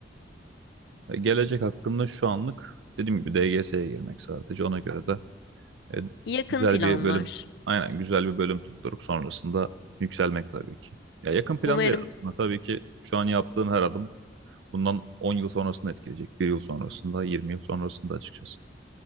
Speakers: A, on the right; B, on the left.
A: E, gelecek hakkında şu anlık dediğim gibi DGS'ye girmek sadece ona göre de E,
B: Yakın
A: güzel
B: planlar.
A: bir bölüm. Aynen güzel bir bölüm tutturup sonrasında yükselmek tabii ki. Ya yakın plan
B: Umarım.
A: değil aslında. Tabii ki şu an yaptığın her adım bundan 10 yıl sonrasını etkileyecek. bir yıl sonrasında, 20 yıl sonrasında açıkçası.